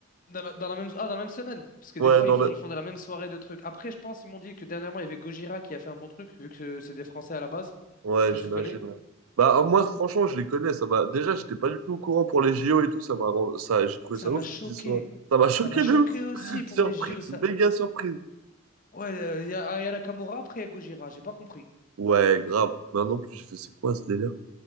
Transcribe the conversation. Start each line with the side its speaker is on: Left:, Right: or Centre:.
Left: Dans la, dans la même, ah, dans la même semaine. Parce que
Right: Ouais,
Left: des fois,
Right: dans
Left: ils font,
Right: le,
Left: ils font dans la même soirée de trucs. Après, je pense, ils m'ont dit que dernièrement, il y avait Gojira qui a fait un bon truc, vu que c'est des Français à la base.
Right: Ouais,
Left: Je sais pas
Right: j'imagine.
Left: si tu connais.
Right: ouais. Bah, moi, franchement, je les connais. Ça m'a... Déjà, j'étais pas du tout au courant pour les JO et tout. Ça m'a... rend- Ça, j'ai trouvé
Left: Ça
Right: ça ouf
Left: m'a choqué.
Right: qu'ils y soient. Ça m'a <laughs> choqué
Left: Ça m'a choqué
Right: de ouf.
Left: aussi
Right: <laughs>
Left: pour
Right: Surprise,
Left: les JO. Ça...
Right: méga surprise.
Left: Ouais, euh, il y a, ah, il y a Nakamura, après il y a Gojira. J'ai pas compris.
Right: Ouais, grave. Ben non plus, j'ai fait, c'est quoi ce délire?